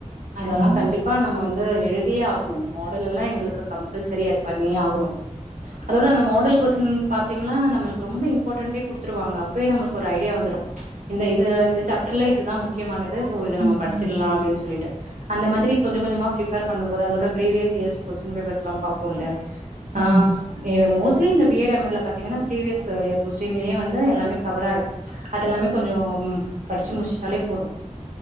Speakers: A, on the right; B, on the right.
A: அதெல்லா
B: ஆமா.
A: கண்டிப்பா நம்ம வந் து எழுதியே ஆகணு மாடல் எல்லா எங்ளுக்கு கம்பல்சரியா அது பண்ணியே ஆகணு அதோட அந்த மாடல் கொஸ்டின் பாத்திங்கனா நம்மளுக் ரொம்ப இம்பார்டன்டே குடுத்துருவாங்க அப்பவே நமக்கு ஒரு ஐடியா வந்துரு இந்த இது இந்த சேப்டர்லா இதுதா முக்யமானது சோ இத நம்ம
B: ம்
A: படிச்சிடலா
B: ம்
A: அப்டினு சொல்லிட் டு அந்த மாதிரி கொஞ்ச கொஞ்சமா ப்ரிப்பேர் பண்ணும் போது அதோட ப்ரீவியஸ் இயர்ஸ் கொஸ்டின் பேப்பர்ஸ் எல்லா பாப்போல்ல ஆ
B: ம்
A: அ மோஸ்ட்லி இந்த பி எட், எம் எட் ல பாத்திங்கனா ப்ரீவியஸ் கு இயர் கொஸ்டின்லயே வந்து எல்லாமே கவர் ஆயிடு அதெல்லாமே கொஞ்சம் படிச்சு முடிச்சிட்டாலே போது